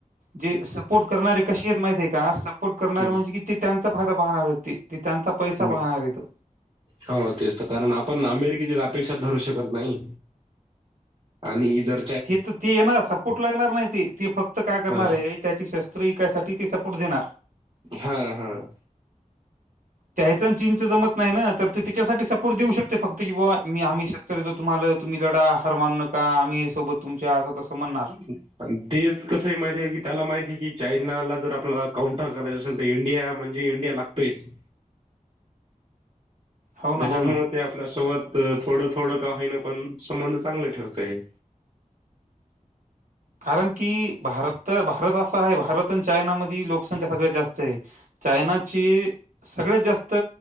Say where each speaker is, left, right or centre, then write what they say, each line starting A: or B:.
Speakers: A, on the right; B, on the right.
A: जे सपोर्ट करणारे कशे येत माहितीये का? सपोर्ट करणार
B: हम्म
A: म्हणजे कि, ते त्यांचा फायदा पाहणार हायेत ते ते त्यांचा पैसा
B: हम्म.
A: पाहणार यतं.
B: हो तेच त कारण आपण अमेरिकेची अ पेक्षा धरू शकत नाही आणि इजर
A: थे त ते येणार सपोर्टला येणार नाही ते, ते फक्तं काय करणार
B: हा
A: आहे त्याची शस्त्र ईकायसाठी ती सपोर्ट देणार.
B: हां हां.
A: त्यायच अण चीनचं जमतं नाही न तर, ते त्याच्यासाठी सपोर्ट देऊ शकते फक्त की बॉ मी आम्ही शस्त्र देतो तुम्हाल तुम्ही लढा हार मानू नका आम्हीय सोबत तुमच्या असं तसं
B: <inaudible>
A: म्हणणार
B: अन तेच कसंय माहिती आहे की, त्याला माहितीये की चायनाला जर आपला अ काउंटर करायचं असेल, तर इंडिया म्हणजे इंडिया लाग तेच.
A: हो
B: त्याच्यामुळ
A: ना हो ना
B: ते आपल्यासोबत अ थोड थोड का होईना, पण संबंध चांगले ठेवतय.
A: कारण की भारत भारत असं आहे भारत आणि चायना मधी लोकसंख्या सगळ्यात जास्त आहे. चायनाची सगळ्यात जास्त